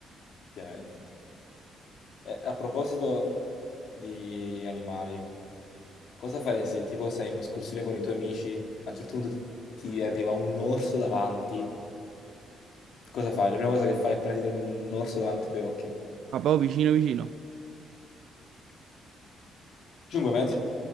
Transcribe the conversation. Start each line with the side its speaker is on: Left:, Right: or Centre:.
Left: effettivamente. Eh, a proposito di animali, cosa faresti se tipo sei in un'escursione con i tuoi amici, a un certo punto ti ti arriva un orso davanti, cosa fai? La prima cosa che fai appena ti trovi un orso davanti ai tuoi occhi?
Right: ma proprio vicino vicino.
Left: 5 metri?